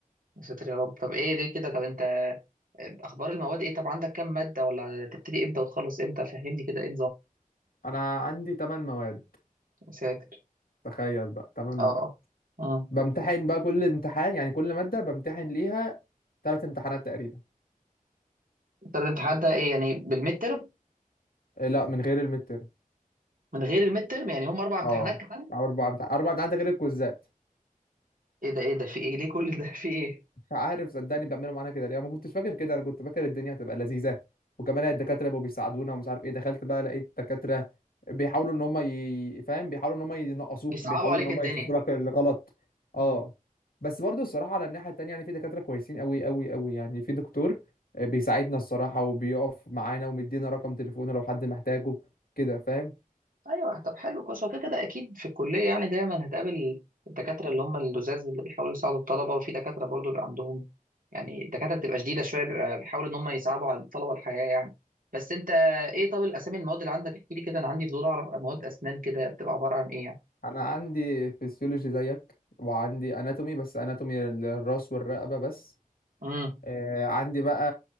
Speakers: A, on the right; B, on the left.
A: يا ساتر يا رب طب إيه ليه كده طب أنت أخبار المواد إيه طب عندك كام مادة ولا تبتدي إمتى وتخلص إمتى فهمني كده إيه
B: انا عندي 8 مواد
A: نظام
B: تخيل بقى تمن مواد
A: اه امم
B: بامتحن بقى كل امتحان يعني كل مادة بامتحن ليها ثلاث امتحانات تقريبا
A: انت بتتحدى ايه يعني بالميد ترم
B: إيه لا من غير المتر
A: من غير الميد ترم يعني هم اربع امتحانات
B: اه
A: كمان
B: أو اربع امتحانات اربع امتحانات غير الكوزات
A: ايه ده ايه ده في ايه ليه كل ده في ايه
B: مش عارف صدقني بيعملوا معانا كده ليه انا ما كنتش فاكر كده انا كنت فاكر الدنيا هتبقى لذيذه وكمان الدكاتره بيبقوا بيساعدونا ومش عارف ايه دخلت بقى لقيت دكاتره بيحاولوا ان هم ي... فاهم بيحاولوا ان هم ينقصوك
A: يصعبوا
B: بيحاولوا
A: عليك
B: ان هم
A: الدنيا
B: يشوفوا لك الغلط اه
A: امم
B: بس برضه الصراحه على الناحيه التانيه يعني في دكاتره كويسين قوي قوي قوي يعني في دكتور بيساعدنا الصراحه وبيقف معانا ومدينا رقم تليفونه لو حد محتاجه كده فاهم
A: ايوه طب حلو كويس هو كده كده اكيد في الكليه يعني دايما هتقابل الدكاتره اللي هم اللزاز اللي بيحاولوا يساعدوا الطلبه وفي دكاتره برضو بيبقى عندهم يعني الدكاتره بتبقى شديده شويه بيبقى بيحاولوا ان هم يصعبوا على الطلبه الحياه يعني بس انت ايه طب الاسامي المواد اللي عندك احكي لي كده انا عندي فضول اعرف مواد اسنان كده بتبقى عباره عن ايه يعني
B: انا عندي فيسيولوجي زيك وعندي اناتومي بس اناتومي الراس والرقبه بس
A: امم
B: آه، عندي بقى